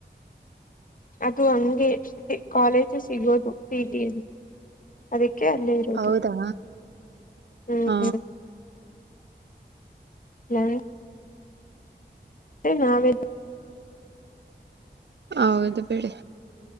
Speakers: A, on the left (about 50°); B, on the right (about 70°).
A: ಅದು ಹಂಗೆ ಕಾಲೇಜು ಸಿಗೋದು ಪಿ ಜಿ ಅದಕ್ಕೆ ಕೆ ಅಲ್ಲೇ ಇರೋದು
B: ಹೌದಾ
A: ಹ್ಮ್
B: ಹ
A: ಹ್ಮ್ <unintelligible> ನಾವೇ
B: ಹೌದು ಬಿಡಿ